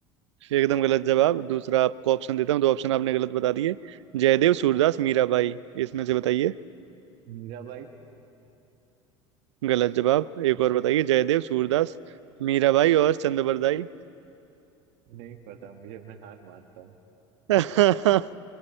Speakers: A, on the right; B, on the right.
A: एकदम गलत जवाब दूसरा आपको ऑप्शन देता हूँ दो ऑप्शन आपने गलत बता दिए जयदेव सूरदास मीराबाई इसमें से बताइए
B: मीराबाई
A: गलत जवाब एक और बताइए जयदेव सूरदास मीराबाई और चंद्रबरदाई
B: नहीं पता मुझे मैं हार मानता हूँ
A: <laughs>